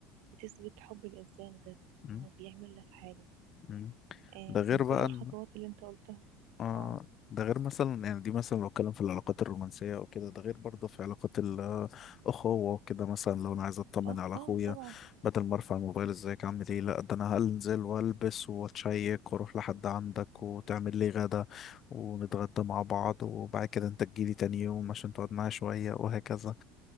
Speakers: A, on the right (about 70°); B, on the left (about 40°).
A: بتثبت حب الإنسان ده
B: م-
A: إن هو بيعمل لك حاجة
B: م- م.
A: آه
B: ده غير
A: من كل
B: بقى
A: الخطوات
B: ان
A: اللي أنت قلتها
B: آه
A: اه
B: ده غير مثلا يعني دي مثلا لو اتكلم في العلاقات الرومانسية او كده ده غير برضه في علاقات الأخوة وكده مثلا لو انا عايز اطمن
A: اه
B: على اخويا
A: اه طبعا
B: بدل ما ارفع الموبايل ازيك عامل ايه لا ده انا هنزل والبس واتشيك واروح لحد عندك وتعمل لي غدا ونتغدى مع بعض وبعد كده انت تجيلي تاني يوم عشان تقعد معايا شوية وهكذا